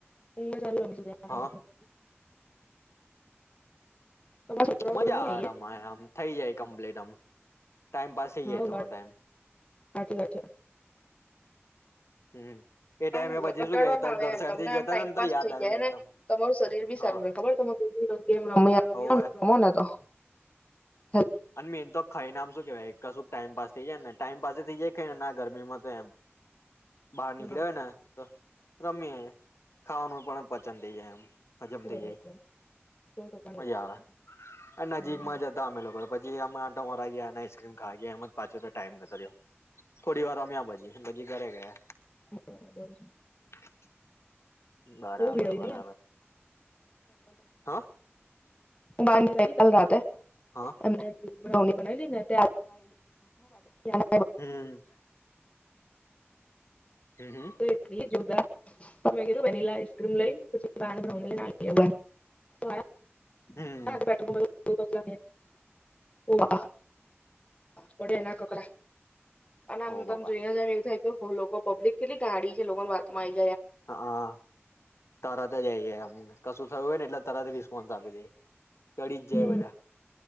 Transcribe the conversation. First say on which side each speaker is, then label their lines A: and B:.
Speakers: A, on the left (about 25°); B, on the left (about 75°).
A: <unintelligible>
B: હા
A: છોકરાઓ
B: મજા
A: જોડે નહી
B: આ
A: આઈએ
B: રમા આમ. થઇ જાય કમ્પ્લેટ આમ. ટાઈમ પાસ થઈ
A: હા
B: જાય થોડો ટાઈમ.
A: સાચી વાત છે
B: હમ. એ ટાઈમે
A: આમ ઘટાડવા
B: પછી શું કે
A: ના
B: તાર
A: આવે
B: ઘર
A: એમ
B: સાઈડ
A: તમને
B: થી જતા
A: આમ ટાઈમપાસ
B: હતા ને તો યાદ
A: થઈ
B: આવ્યું
A: જાય,
B: એકદમ
A: ને તમારું શરીર બી
B: હા
A: સારું રહે ખબર તમેમ રમ રમને
B: હોવે
A: રમો ને તો. હમ.
B: અને મેન તો ખાઈને આમ શું કેવાય કશું ટાઈમ પાસ થઇ જાય ને ટાઈમ પાાસ થઈ જાય ખ ને ના ગરમીમાં તો એમ. બહાર
A: સો
B: નીકળ્યા હોય ને તો. રમ્યા. ખાવાનું પણ પચન તે જ એમ. હજમ થઇ
A: ટકા
B: જાય,
A: સો ટકાની
B: મજા
A: વાત
B: આવે,
A: છે. હમ.
B: નજીક માં જતા અમે લોકો. પછી અમે આટો મ મારા ગયા અને આઈસક્રીમ ખાઈ ગયા એમમાં પાછો તો ટાઈમ જતો રહ્યો. થોડી વાર રમ્યા પછી. પછી ઘરે ગયા.
A: બરાબર છે.
B: <inaudible> બરાબર
A: બહુ ભીડ હતી
B: બરાબર,
A: ને
B: હા.
A: બાંધ <unintelligible> ચલતે
B: હા
A: એમના બનાની બનાઈ લીને ત લ <unintelligible>
B: હમ. હમ
A: એટલી જોરદાર વલાઈસ્મ લ
B: હમ
A: <unintelligible> ઓડ એના કપડા. અને આમ
B: ઓ
A: તમને
B: બાપા
A: જોઈને જાવ એવું થાય લોકો પબ્લિક કેટલી ગાડી છે લોકોને વાતમાં આવી છે.
B: હા, તરત જઈમ કશું થયું હોય ને એટલે તરત વિ ફ સા આપી દે. ચડી જ
A: હમ
B: જાય બધા